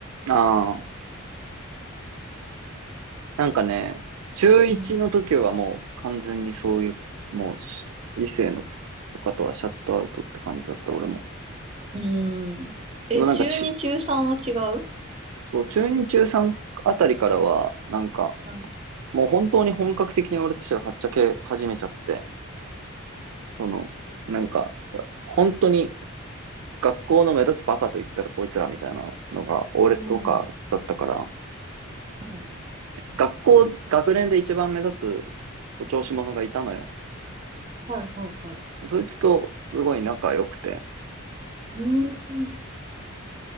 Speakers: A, on the right; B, on the right.
A: ああ、なんかね、中1の時はもう完全にそういう、
B: うん。
A: もうし異性のとかとはシャットアウトって感じだった、俺も。
B: うーんえ、
A: でもなんかち、
B: 中2、中3は違う
A: そう、中2、中3あたりからは、なんか、
B: あの
A: もう本当に本格的に俺たちがはっちゃけ始めちゃって、その、なんか、本当に学校の目立つバカと言ったらこいつらみたいなのが、俺とかだったから、
B: うん。うん。うん
A: 学校、学年で一番目立つお調子者がいたのよ。
B: はいはいはい。
A: そいつとすごい仲良くて。
B: うーん。うん。